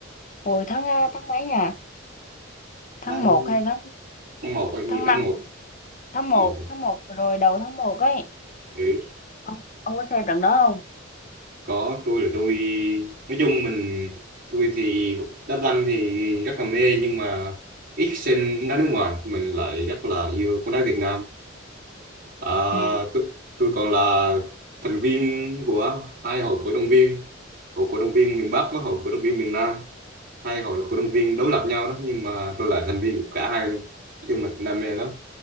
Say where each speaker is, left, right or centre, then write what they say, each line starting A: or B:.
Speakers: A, on the left (about 40°); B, on the right (about 45°).
A: hồi tháng à, tháng mấy nhỉ tháng
B: tháng
A: một hay tháng
B: tháng một á, như
A: tháng
B: tháng
A: năm
B: một
A: tháng một
B: một à?
A: tháng một rồi đầu tháng một ấy
B: ừ.
A: ông ông có xem trận đó không
B: có tôi là tôi nói chung mình tôi thì đá banh thì rất là mê nhưng mà ít xem bóng đá nước ngoài mình lại rất là yêu bóng đá Việt Nam à,
A: ừ
B: tôi, tôi còn là thành viên của hai hội cổ động viên hội cổ động viên miền Bắc với hội cổ động viên miền Nam hai hội cổ động viên đối lập nhau đó nhưng mà tôi là thành viên của cả hai luôn nói chung là đam mê lắm